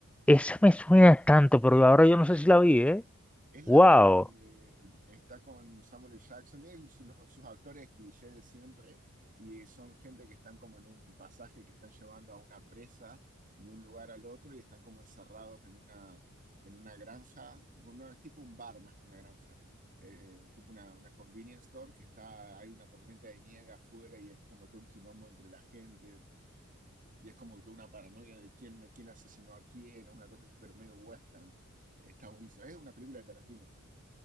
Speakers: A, in the centre; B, on the right.
A: esa me suena tanto, pero ahora yo no sé si la vi, ¿eh?
B: Es la
A: Wow.
B: de, está con Samuel L. Jackson, tiene sus los- sus actores cliché de siempre, y son gente que están como en un pasaje que están llevando a una presa de un lugar al otro y están como encerrados en una, en una granja, no, es tipo un bar más que una granja, eh, tipo una, una convenience store que está, hay una tormenta de nieve afuera y es como todo un quilombo entre la gente, y es como toda una paranoia de quién, quién asesinó a quién, es una cosa así, pero medio western. eh, Está buenísimo, es una película de Tarantino